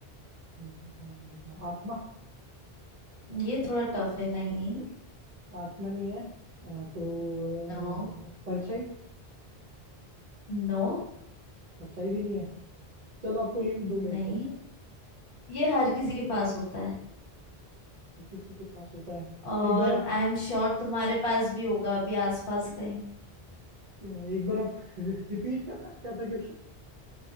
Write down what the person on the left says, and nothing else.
ये थोड़ा टफ है नहीं
नो
नो
नहीं
ये हर किसी के पास होता है
और
आई एम श्योर तुम्हारे पास भी होगा अभी आसपास कहीं